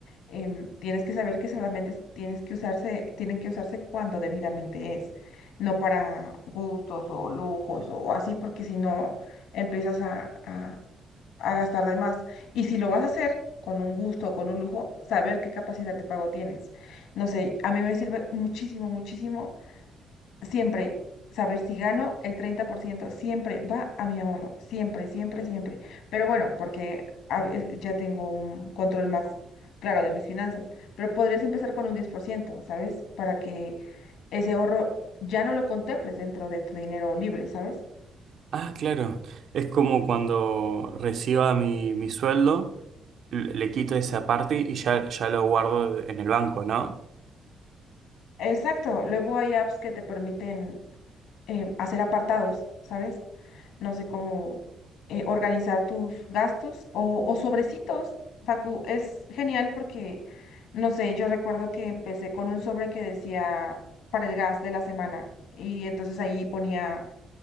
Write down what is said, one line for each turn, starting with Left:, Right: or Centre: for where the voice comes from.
Left: Em, tienes que saber que solamente s- tienes que usarse, tienen que usarse cuando debidamente es, no para gustos o lujos o así, porque si no empiezas a, a a gastar de más. Y si lo vas a hacer con un gusto o con un lujo, saber qué capacidad de pago tienes. No sé, a mí me sirve muchísimo, muchísimo siempre saber si gano el 30% siempre va a mi ahorro, siempre, siempre, siempre. Pero bueno, porque a ve- ya tengo un control más claro de mis finanzas, pero podrías empezar con un diez por ciento ¿sabes? Para que ese ahorro ya no lo contemples dentro de tu dinero libre, ¿sabes?
Right: Ah, claro. Es como cuando reciba mi, mi sueldo, le le quito esa parte y ya, ya lo guardo en el banco, ¿no?
Left: Exacto, luego hay apps que te permiten eh, hacer apartados, ¿sabes? No sé cómo eh, organizar tus gastos o, o sobrecitos. Facu, es genial porque, no sé, yo recuerdo que empecé con un sobre que decía para el gas de la semana y entonces ahí ponía